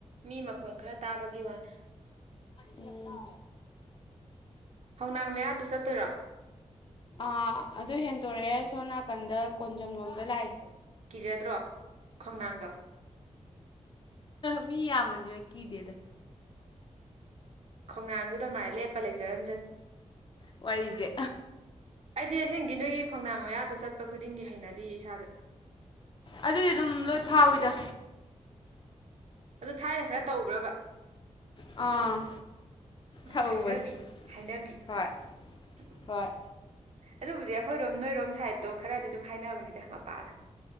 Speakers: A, on the right; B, on the left.
A: ꯃꯤ ꯃꯈꯣꯟ ꯈꯔ ꯇꯥꯕꯒꯤ ꯋꯥꯅꯦ
B: ꯑꯝ
A: ꯍꯧꯅꯥꯡ ꯃꯌꯥꯗꯨ ꯆꯠꯇꯣꯏꯔꯣ
B: ꯑ ꯑꯗꯨ ꯍꯦꯟꯗꯣꯔꯛꯑꯦ ꯁꯣꯝ ꯅꯥꯀꯟꯗ ꯀꯣꯟꯖꯪ ꯂꯣꯝꯗ ꯂꯥꯛꯏ
A: ꯀꯤꯖꯗ꯭ꯔꯣ ꯈꯣꯡꯅꯥꯡꯗꯣ
B: ꯃꯤ ꯌꯥꯝꯕꯅꯤꯅ ꯀꯤꯗꯦꯗ
A: ꯈꯣꯡꯅꯥꯡꯗꯨꯗ ꯃꯥꯏ ꯂꯦꯞꯄ ꯂꯩꯖꯔꯝꯖꯅꯤ
B: ꯋꯥꯔꯤꯁꯦ
A: ꯑꯩꯗꯤ ꯑꯁꯦꯡꯒꯤ ꯅꯣꯏꯒꯤ ꯈꯣꯡꯅꯥꯡ ꯃꯌꯥꯗꯣ ꯆꯠꯄ ꯈꯨꯗꯤꯡꯒꯤ ꯍꯩꯅꯗꯤꯌꯦ ꯏꯁꯥꯗ
B: ꯑꯗꯨꯗꯤ ꯑꯗꯨꯝ ꯂꯣꯏ ꯐꯥꯎꯋꯤꯗ
A: ꯑꯗꯣ ꯊꯥꯏꯅ ꯈꯔ ꯇꯧꯕ꯭ꯔꯕ
B: ꯑꯥ
A: ꯎꯝ
B: ꯊꯛꯎꯕꯅꯤ
A: ꯍꯥꯏꯅꯕꯤ ꯍꯥꯏꯅꯕꯤ
B: ꯍꯣꯏ
A: ꯎꯝ
B: ꯍꯣꯏ
A: ꯑꯗꯨꯕꯨꯗꯤ ꯑꯩꯈꯣꯏꯔꯣꯝ ꯅꯣꯏꯔꯣꯝ ꯁꯥꯏꯠꯇꯣ ꯈꯔꯗꯤ ꯑꯗꯨꯝ ꯍꯥꯏꯅꯕꯅꯤꯗ ꯃꯄꯥꯗꯣ